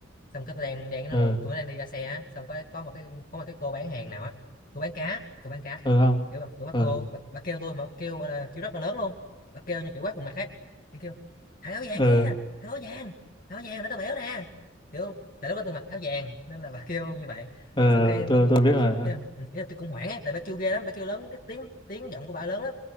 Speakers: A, on the left; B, on the left.
A: xong cái tôi đang đang nó
B: ờ,
A: đâu tôi đang đi ra xe á xong có có một cái có một cái cô bán hàng nào á cô bán cá cô bán cá
B: ờ không?
A: kiểu bà, kiểu bà
B: Ờ,
A: cô bà, bà kêu tôi mà bà kêu gọi là kêu rất là lớn luôn bà kêu như kiểu quát vào mặt ấy kiểu kêu thằng áo vàng
B: ờ,
A: kia thằng áo vàng thằng áo vàng để tao béo nè kiểu tại lúc đó tôi mặc áo vàng nên là bà <laughs> kêu như vậy
B: ờ, <laughs>
A: xong cái
B: tôi
A: tôi cũng
B: tôi biết mà.
A: cái, ừ, ý là tôi cũng hoảng ấy tại bà kêu ghê lắm bà kêu lớn cái tiếng tiếng giọng của bà lớn lắm